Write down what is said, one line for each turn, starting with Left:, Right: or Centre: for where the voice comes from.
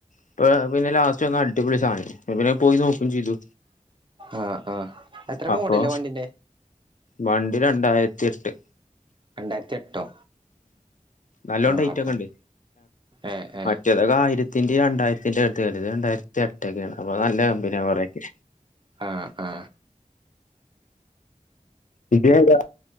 Left: ഇപ്പൊ പിന്നെ ലാസ്റ്റ് വന്ന അടിപൊളി സാധനം ഇപ്പം പിന്നെ പോയി നോക്കുകയും ചെയ്തു
Right: ആഹ് ആഹ് എത്ര
Left: അപ്പൊ
Right: മോഡല് വണ്ടിന്റെ
Left: വണ്ടി രണ്ടായിരത്തി എട്ട്
Right: രണ്ടായിരത്തി എട്ടോ
Left: നല്ലോം
Right: ആഹ്
Left: ടൈട്ടൊക്കെ
Right: അപ്പൊ
Left: ഇണ്ട്
Right: ഏഹ് ഏഹ്
Left: മറ്റേതൊക്കെ ആയിര ത്തിന്റെയും രണ്ടായിരത്തിന്റെയും അകത്ത് വരും ഇത് രണ്ടായിരത്തി എട്ടൊക്കെ ആണ് അപ്പ നല്ല കമ്പനിയാ കുറെയൊക്കെ
Right: ആ ആ
Left: ഇതേതാ